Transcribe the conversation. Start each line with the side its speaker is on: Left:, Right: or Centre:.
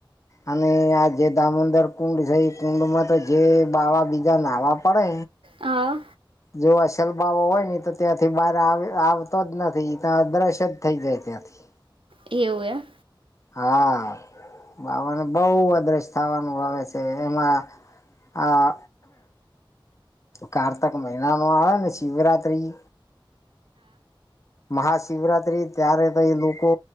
Left: અને આ જે દામોદર કુંડ છે એ કુંડમાં તો જે બાવા બીજા નાહવા પડે
Right: હા.
Left: જો આ સલબા હોય ને તો ત્યાંથી બહાર આવતો જ નથી ત દ્રશ જ થઈ જાય ત્યાંથી
Right: એવું એમ.
Left: હા બાબને બહ અદ્રશ થાવાનું આવે છે એમાં આ કારતક મહિના ન આવે ને શિવરાત્રી. મહાશિવરાત્રી ત્યારે તો એ લોકો